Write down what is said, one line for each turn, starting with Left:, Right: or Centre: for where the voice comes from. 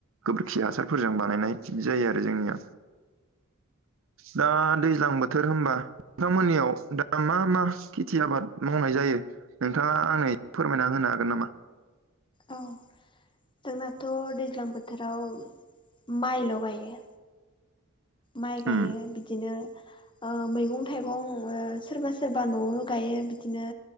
Right: गोबोरखि हासारफोरजों बानायनाय बिदि जायो आरो जोंनिया। दा दैज्लां बोथोर होनबा नोंथांमोननियाव दा मा मा खेथि आबाद मावनाय जायो नोंथाङा आंनो फोरमायना होनो हागोन नामा?
Left: औ जोंनाथ दैज्लां बोथोराव माइल गायो। माइ गायो
Right: उम
Left: बिदिनो ओ मैगं थाइगं ओ सोरबा सोरबा न'आवनो गायो बिदिनो